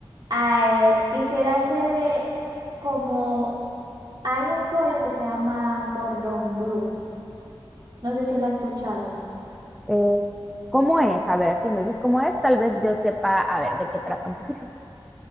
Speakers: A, on the right; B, in the centre.
A: ah, eh, quisiera hacerle como, hay un pollo que se llama Gordon Blue. No sé si la has escuchado.
B: Eh, ¿cómo es? A ver, si me dices cómo es, tal vez yo sepa, a ver, de qué trata un poquito.